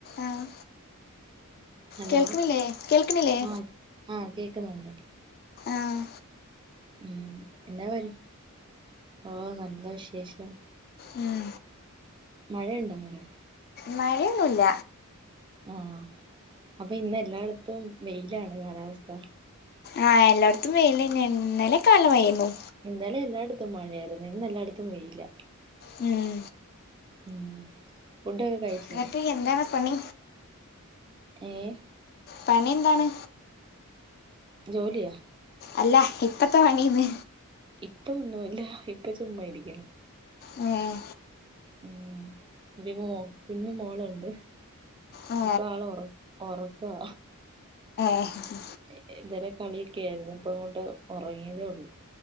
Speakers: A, on the left; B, on the right.
A: അഹ്
B: ഹലോ
A: കേക്ക്ണില്ലേ കേൾക്ണില്ലേ
B: ആഹ് ആഹ് കേക്കുന്നുണ്ട്
A: ആഹ്
B: ഉം എന്താവാൻ ഓ നല്ല വിശേഷം
A: ഉം
B: മഴണ്ടാ അവ്ടെ
A: മഴെന്നുല്ല
B: ആഹ് അപ്പിന്നെല്ലാടത്തും വെയിലാണ് കാലാവസ്ഥ.
A: ആഹ് എല്ലോട്ത്തും വെയ്‌ലന്നേണ് ഇന്നലൊക്കെ നല്ല മയേന്നു
B: ഇന്നലെല്ലാടത്തും മഴയായിര്ന്ന് ഇന്നെല്ലാടത്തും വെയില.
A: ഉം
B: ഉം ഫുഡ്ഡൊക്കെ കഴിച്ചാ?
A: എന്നിട്ട് എന്താണ് പണി
B: ഏഹ്
A: പണിന്താണ്?
B: ജോലിയാ
A: അല്ല ഇപ്പെത്താ പണീന്ന്
B: ഇപ്പൊ ഒന്നൂല്ല ഇപ്പ ചുമ്മായിരിക്കും
A: ഉം
B: ഉം ബി മോ കുഞ്ഞ് മോളണ്ട്
A: ഏ
B: ഇപ്പാള് ഒറ ഒറക്കാ
A: ഹ് ഹ്
B: എ എതരെ കളിക്യാര്ന്നു ഇപ്പങ്ങോട്ട് ഒറങ്ങിയതേ ഒള്ളൂ